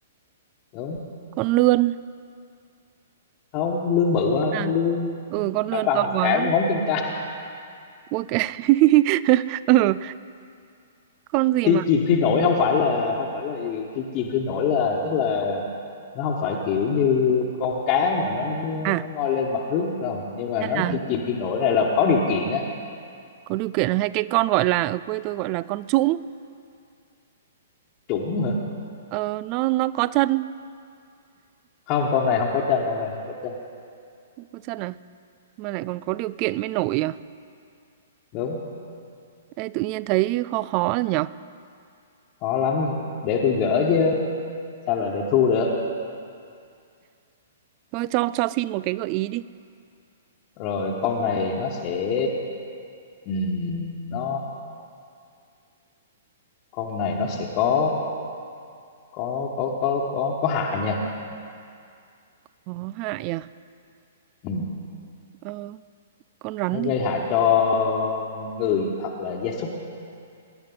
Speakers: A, on the left; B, on the right.
A: Đúng.
B: con lươn.
A: Không, con lươn bự quá,
B: À,
A: con lươn
B: ừ con lươn
A: phải bằng
B: to quá.
A: cả ngón chân
B: Ui cái. <laughs> ừ, con gì
A: thi
B: mà
A: chìm khi nổi không phải là không phải là gì. thi chìm khi nổi là tức là nó không phải kiểu như con cá mà nó
B: à
A: nó ngoi lên mặt nước đâu nhưng mà
B: hay
A: nó
B: là
A: khi chìm khi nổi này là có điều kiện á
B: có điều kiện là hay cái con gọi là ở quê tôi gọi là con trũm.
A: chủng hả
B: Ờ, nó nó có chân
A: không con này không có chân con này không có chân
B: Có chân à? Mà lại còn có điều kiện mới nổi à?
A: đúng
B: Ê, tự nhiên thấy khó khó rồi nhở?
A: khó lắm để tôi gỡ chứ sao là để thua được
B: Thôi cho cho xin một cái gợi ý đi.
A: rồi con này nó sẽ ừm, nó con này nó sẽ có có có có có có hại nha
B: Có hại à?
A: Ừ,
B: Ờ, con rắn
A: nó gây
B: thì
A: hại cho người hoặc là gia súc